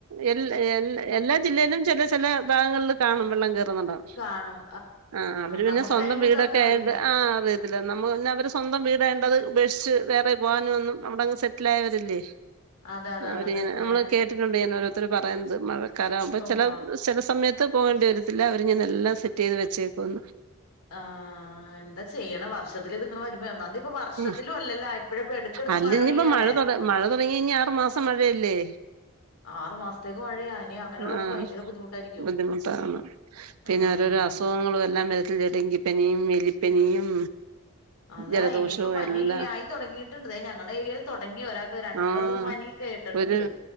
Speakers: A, on the right; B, on the left.
A: എല് എല് എല്ലാ ജില്ലേലും ചെല ചെല ഭാഗങ്ങളില് കാണും വെള്ളം കേറ്ന്നൊണ്ടാ
B: കാണും
A: ആഹ് അവര് പിന്നെ
B: നമുക്ക്
A: സ്വന്തം
B: അതിനെ കുറിച്ച്
A: വീടൊക്കെ
B: അത്ര
A: ആയണ്ട്
B: അറിയില്ല
A: ആഹ് അതെ അല്ല നമ്മ പിന്നെ അവര് സ്വന്തം വീടായോണ്ടത് ഉപേക്ഷിച്ച് വേറെ പോകാനും ഒന്നും അവിടങ്ങ് സെറ്റിലായവരില്ലേ.
B: അതെ അതെ
A: അവര്ങ്ങനെ
B: അതെ അതന്നെ
A: നമ്മള് കേട്ടിട്ടുണ്ട് ഇങ്ങനെ ഓരോരുത്തര് പറയുന്നത് മഴക്കാലം ആവുമ്പോ
B: ഉവ്വ
A: ചെല ചെല സമയത്ത് പോവേണ്ടി വരത്തില്ല അവരിങ്ങനെ എല്ലാം സെറ്റെയ്ത് വച്ചേക്കുവെന്ന്.
B: ആഹ് എന്താ ചെയ്യണേ വർഷത്തിലിതിങ്ങനെ വരുമ്പോ ഒന്നാതി ഇപ്പ വർഷത്തിലും
A: ഉം
B: അല്ലല്ലോ എപ്പഴും എപ്പഴും എടക്കെടക്ക്
A: അല്ല
B: മഴ
A: ഇനിയിപ്പോ
B: പെയ്യാലേ
A: തുട മഴ തൊടങ്ങിയാ ഇനി ആറു മാസം മഴയല്ലേ
B: ആറ് മാസത്തേക്ക് മഴയാ ഇനി അങ്ങനെയുള്ളവർക്ക്
A: ആഹ് ആഹ്
B: ഭയങ്കര ബുദ്ധിമുട്ടായിരിക്കും
A: ബുദ്ധിമുട്ടാണ് പിന്നെ
B: ആഹ്
A: ഓരോരോ അസുഖങ്ങളും എല്ലാം വരത്തില്ലേ ഡെങ്കിപ്പനിയും എലിപ്പനിയും
B: അതാ
A: ജലദോഷവും
B: ഇനിയിപ്പോ പനി
A: എല്ലാം
B: ആയി തൊടങ്ങീട്ടുണ്ട് ദേ ഞങ്ങടെ ഏരിയേല് തൊടങ്ങി ഒരാക്ക് രണ്ട്
A: ആഹ്
B: മൂന്നേർക്ക് ഇപ്പേ പനി കേട്ടട്ട്ണ്ട്
A: ഒരു